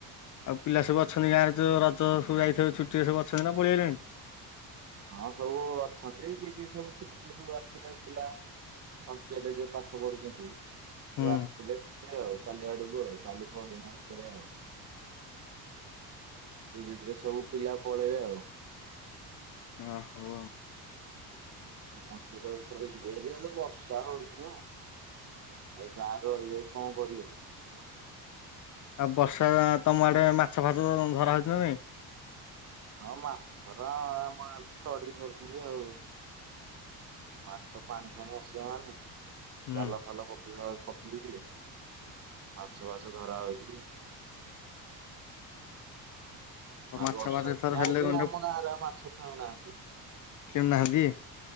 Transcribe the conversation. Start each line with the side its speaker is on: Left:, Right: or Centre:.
Left: ଆଉ ପିଲା ସବୁ ଅଛନ୍ତି ଗାଁ ରେ ତ ରଜ ସବୁ ଯାଇଥିବ ଛୁଟିରେ ସବୁ ଅଛନ୍ତି ନା ପଳେଇଗଲେଣି?
Right: ହଁ ସବୁ ଅଛନ୍ତି କିଏ କି ସବୁ ଛୁଟିରେ ସବୁ ଆସିଥିଲା ପିଲା ହଷ୍ଟେଲ ରେ ଯୋଉ ପାଠ ପଢିଛନ୍ତି
Left: ହୁଁ
Right: ତ ଆସିଥିଲେ ଆଉ କାଲି ଆଡକୁ ଆ କାଲି ପହଦିନ ଭିତରେ ଆଉ ଧୀରେ ଧୀରେ ସବୁ ପିଲା ପଳେଇବେ ଆଉ।
Left: ଓ ହୋ।
Right: ସମସ୍ତେ ତ ଥରେ ଯିବେ ହେଲେ ବର୍ଷା ହଉଛି ଆଉ। ଏ ଗାଁରେ ରହିଲେ ବି କଣ କରିବେ?
Left: ଆଉ ବର୍ଷା ତମ ଆଡେ ମାଛ ଫାସ ଧରା ହେଊଛି କି ନାଇଁ?
Right: ହଁ ମାଛରା ଆମ ଗାଁ ରେ ତଡିକି ଧରୁଛନ୍ତି ଆଉ। ମାଛ ପାଣି ଫାଣି ଆସିବ ମାନେ
Left: ହୁଁ
Right: ଜାଲ। ଭଲ <unintelligible> ପକେଇ ଦିଏ ମାଛ ଫାଛ ଧରା ହେଉଛି।
Left: ମାଛ
Right: ଆଉ ବର୍ଷା
Left: ଫାଛ ଏଥର
Right: ଦିନ
Left: ହେଲେ
Right: ଆଇଲେ
Left: ଗଣ୍ଡେ
Right: ଆମ ଗାଁରେ ଆଉ ମାଛ କିଣୁନାଆନ୍ତି।
Left: କିଣୁନାହାନ୍ତି?